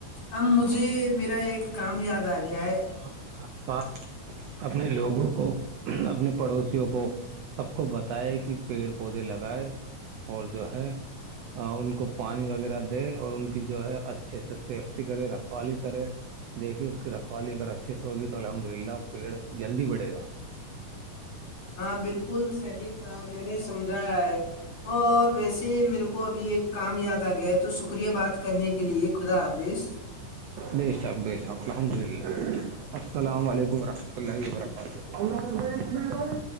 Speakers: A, on the left; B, on the right.
A: اب مجھے میرا ایک کام یاد آ گیا ہے
B: آپ کے آس پاس اپنے لوگوں کو اپنے پڑوسیوں کو سب کو بتائے کہ پیڑ پودے لگائے اور جو ہے ان کو پانی وغیرہ دے اور ان کی جو ہے اچھے سے سیفٹی کرے رکھوالی کرے دیکھیے اس کی رکھوالی اگر اچھیے سے ہوگی تو الحمد للہ پیڑ جلدی بڑے گا
A: ہاں بالکل صحیح تھا میں نے سمجھایا ہے اور ویسے ہی میرے کو ابھی ایک کام یاد آ گیا ہے تو شکریہ بات کرنے کے لیے خدا حافظ
B: بے شاک ب شاک الحمد للہ السلام علیکم ورحمۃ اللہ وبرکاتہ